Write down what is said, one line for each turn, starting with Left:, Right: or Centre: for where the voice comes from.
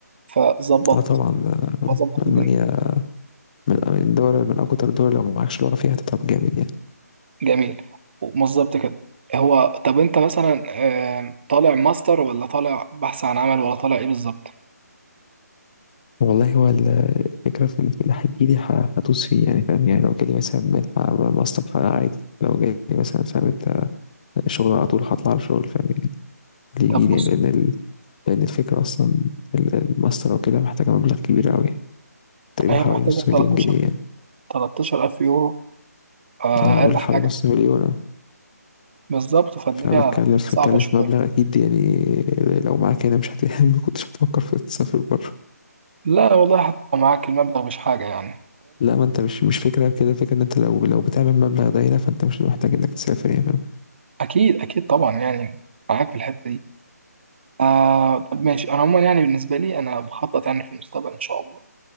Right: فظبط
Left: اه طبعا آه،
Right: ظبط الدنيا
Left: ألمانيا من من الدول من أكتر الدول لو معكش لغة فيها هتتعب جامد يعني
Right: جميل ومظبط كده هو طب أنت مثلا آه، طالع ماستر ولا طالع بحث عن عمل ولا طالع إيه بالظبط؟
Left: والله هو ال- الفكرة في في اللي هتجيلي ه- هدوس فيه يعني فاهم يعني لو جالي مثلا منحة ماستر فأنا عادي لو جالي مثلا فاهم أنت شغل على طول هطلع على شغل فاهم يعني اللي
Right: طب
Left: يجيلي
Right: بص
Left: يعني لأن لأن الفكرة أصلا ال- الماستر وكده محتاجة مبلغ كبير أوي تقريبا
Right: هي
Left: حوالي
Right: محتاجة
Left: نص مليون
Right: 13
Left: جنيه يعني
Right: 13 ألف يورو آه،
Left: أنا أقول
Right: أقل حاجة
Left: حوالي نص مليون أهو.
Right: بالظبط فالدنيا
Left: فأنا بتكلف
Right: صعبة
Left: بتكلف
Right: شوية
Left: مبلغ أكيد يعني لو معاك هنا مش هت... ما <laughs> كنتش هتفكر في تسافر بره
Right: لا والله حتى لو معاك المبلغ مش حاجة يعني
Left: لا ما انت مش مش فكرة كده فكرة ان انت لو لو بتعمل مبلغ ده هنا فانت مش محتاج انك تسافر يعني فاهم؟
Right: اكيد اكيد طبعا يعني معاك في الحته دي آه طب ماشي انا عموما يعني بالنسبه لي انا بخطط يعني في المستقبل ان شاء الله